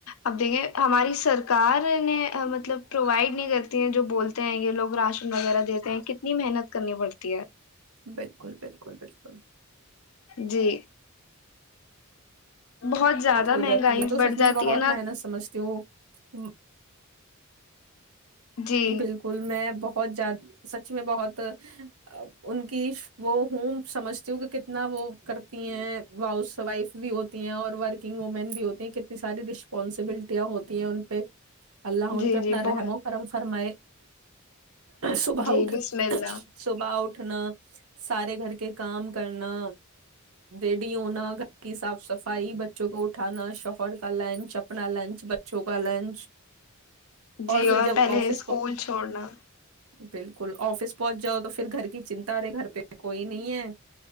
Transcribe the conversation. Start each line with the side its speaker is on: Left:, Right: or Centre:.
Left: اب دیکھیے ہماری سرک سرکاریں مطلب پرووائڈ نہیں کرتی ہے جو بولتے ہیں یہ لوگ راشن وغیرہ دیتے ہیں کتنی محنت کرنی پڑتی ہے
Right: بالکل بالکل بالکل
Left: جی بہت زیادہ
Right: ب ہو
Left: مہنگائی
Right: جاتی ہے تو
Left: بڑھ
Right: سچ
Left: جاتی
Right: میں بہت
Left: ہے نا
Right: محنت سمجھتے ہ
Left: جی
Right: بالکل میں بہت بہت زد سچ میں بہت ان کی وہ ہوں سمجھتی ہوں کہ کتنا وہ کرتی ہیں ہاؤس وائف بھی ہوتی ہیں اور ورکنگ وومین بھی ہوتی ہیں کتنی ساری رسپانسبلٹیاں ہوتی ہیں ان پہ اللہ ان
Left: جی
Right: پہ اپنا
Left: جی
Right: رحم
Left: بہت
Right: و کرم فر میں صبح
Left: جی
Right: اٹنا
Left: بسم اللہ
Right: صبح اٹھنا سارے گھر کے کام کرنا جیڈی نہ گ سب صفائی بچوں کو اٹھانا شوہر کا لنچ اپنا لنچ بچوں کا لنچ
Left: جی
Right: پھر
Left: اور
Right: جب
Left: ے
Right: آفس
Left: اسکول چھوڑنا
Right: بالکل آفس پہنچ جاؤ تو پھر گھر کی چنتا ا رہے گھر پہ کوئی نہیں ہے